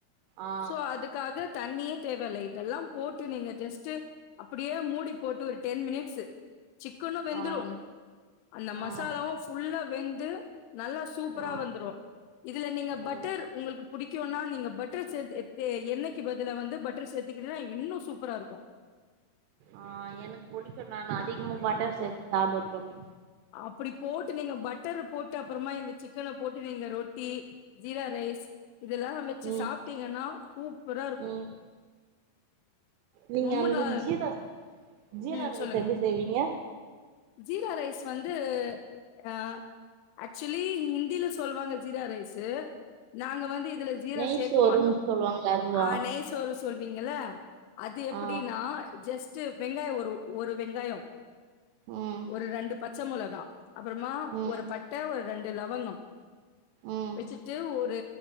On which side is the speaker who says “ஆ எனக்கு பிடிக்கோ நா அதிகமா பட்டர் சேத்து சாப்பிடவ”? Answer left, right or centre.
Right